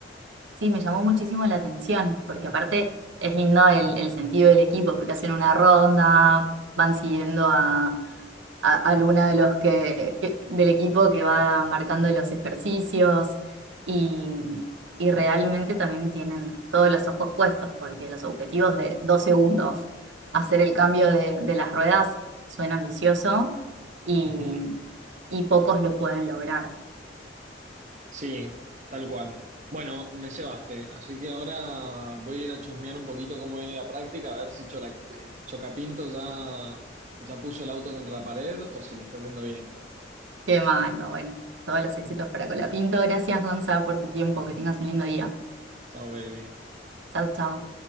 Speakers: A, on the right; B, on the right.
A: Sí, me llamó muchísimo la atención, porque aparte es lindo el, el sentido del equipo, porque hacen una ronda, van siguiendo a, a- alguna de los que, que- del equipo que va marcando los ejercicios y, y realmente también tienen todos los ojos puestos porque los objetivos de dos segundos, hacer el cambio de, de las ruedas, suena ambicioso y,
B: Ujú.
A: y pocos lo pueden lograr.
B: Sí, tal cual. Bueno, me cebaste, así que ahora voy a ir a chusmear un poquito cómo viene la práctica, a ver si Chola- eh, Chocapinto ya, ya puso el auto contra la pared o si le está yendo bien.
A: Qué malo, bueno, todos los éxitos
B: <laughs>
A: para Colapinto. Gracias, Gonza, por tu tiempo. Que tengas un lindo día.
B: Chao, baby.
A: Chau, chau.